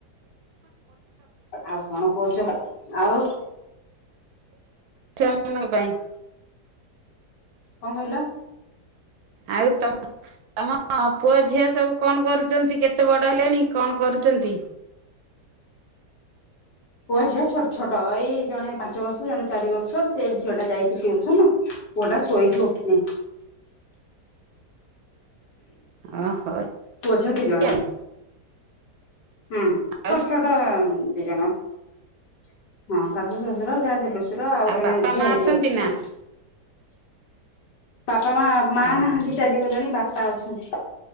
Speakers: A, on the left; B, on the right.
A: ଆଉ କଣ କହୁଛ ଆଉ
B: ଛଆମାନାନଙ୍କ ପାଇଁ
A: କଣ କହିଲ
B: ଆଉ ତ ଆମ ପୁଅଝିଅ ସବୁ କଣ କରୁଛନ୍ତି କେତେ ବଡ ହେଲେଣି କଣ କରୁଛନ୍ତି
A: ପୁଅ ଝିଅ ଛୋଟ ଛୋଟ ଏଇ ଜଣେ ପାଞ୍ଚ ବର୍ଷ ଜଣେ ଚାରି ବର୍ଷ ସେ ଝିଅ ଟା ଯାଇଛି ଟିଉସନ ପୁଅ ଟା ଶୋଇକି ଉଠୁନି
B: ଓହୋ
A: ପଝଛନ୍ତି ଜଣା
B: ଆଉ
A: ହୁଁ
B: ଆଉ
A: ଛୋଟ ଛୋଟ ଦି ଜଣ ହଁ ଶାଶୁ ଶଶୁର ଯାହା ଦେଲୁ ଆଉ ଜଣେ
B: ବାପା
A: ଝିଆରୀଟି
B: ମା ଅଛନ୍ତି
A: ଅଛି
B: ନା?
A: ଆଉ ବାପା ମା ମା
B: ଓହୋ
A: ନାହାନ୍ତି ଚାଲିଗଲେଣି ବାପା ଅଛନ୍ତି